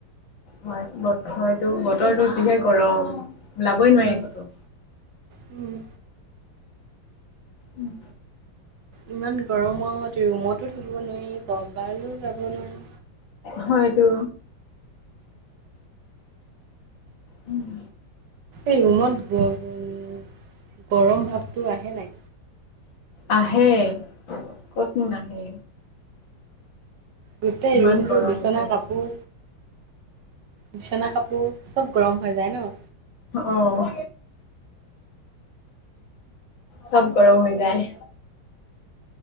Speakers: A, on the left; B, on the right.
A: হয়, হয়তো বতৰটো যিহে গৰম, ওলাবই
B: উম
A: নোৱাৰি ক'তো।
B: উম।
A: উম।
B: ইমান গৰমত ৰুমতো থাকিব নোৱাৰি, কৰ'বালৈও যাব নোৱাৰি।
A: হয়টো। উম।
B: এই ৰুমত উম, গৰম ভাৱটো আহে নাই?
A: আহে, ক'তনো নাহে।
B: গোটেই
A: ইমান
B: ৰুমটো
A: গৰম
B: বিচনা,
A: উঠে
B: কাপোৰ বিছনা কাপোৰ চব গৰম হৈ যায় ন?
A: অ', চব গৰম হৈ যায়।